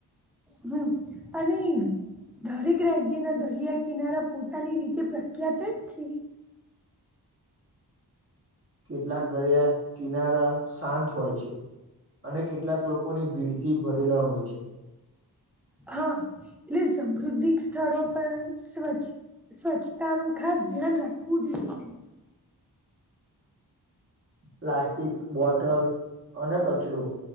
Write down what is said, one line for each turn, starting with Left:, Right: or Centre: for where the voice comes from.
Centre: હમ અને દરેક રાજ્યના દરિયા કિનારા પોતાની રીતે પ્રખ્યાત જ છે.
Right: કેટલાક દરિયા કિનારા શાંત હોય છે. અને કેટલાક લોકોની ભીડથી ભરેલા હોય છે.
Centre: હા એટલે સમૃદ્ધિક સ્થળો પણ સ્વ છે. સ્વચ્છતા નુ ખાસ ધ્યાન રાખવું જોઈએ છે.
Right: <inaudible> પ્લાસ્ટિક બોટલ અને કચરો